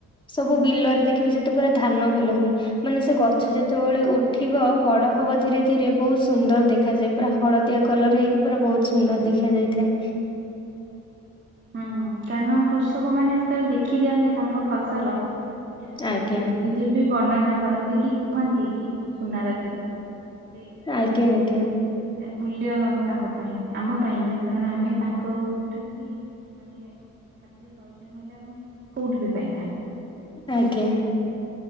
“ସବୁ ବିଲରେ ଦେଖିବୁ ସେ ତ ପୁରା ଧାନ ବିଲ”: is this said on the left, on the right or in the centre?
Left